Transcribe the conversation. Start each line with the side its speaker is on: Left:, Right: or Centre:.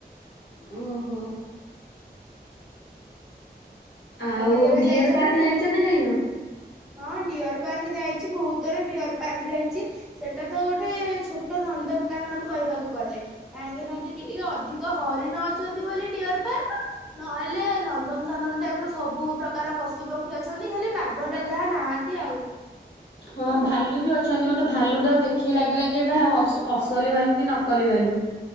Left: ଓହୋ। ଆଉ
Centre: ତମେ କେବେ
Left: ଡିଅର
Centre: ଯାଇଛ
Left: ପାର୍କ
Centre: ନା ନାଇଁ
Left: ଯାଇଛ ଯାଇନ?
Centre: ହଁ ଡିଅର ପାର୍କ ଯାଇଛି ବହୁତଥର ଡିଅର ପାର୍କ ଯାଇଛି ସେଟା ତ ଗୋଟେ ଛୋଟ ନନ୍ଦନକାନନ କହିବାକୁ ଗଲେ କାହିଁକିନା ଏଠି ଟିକେ ଅଧିକ ହରିଣ ଅଛନ୍ତି ବୋଲି ଡିଅର ପାର୍କ ନହେଲେ ନନ୍ଦନକାନନ ଟାଇପ୍ ର ସବୁ ପ୍ରକାର ପଶୁ ପକ୍ଷୀ ଅଛନ୍ତି ଖାଲି ବାଘଟା ଯାହା ନାହାନ୍ତି ଆଉ।
Left: ହଁ ଭାଲୁ ବି ଅଛନ୍ତି ମତେ ଭାଲୁଟା ଦେଖିକି ଲାଗିଲା କି ଏଇଟା ଅସଲି ଭାଲୁ କି ନକଲି ଭାଲୁ।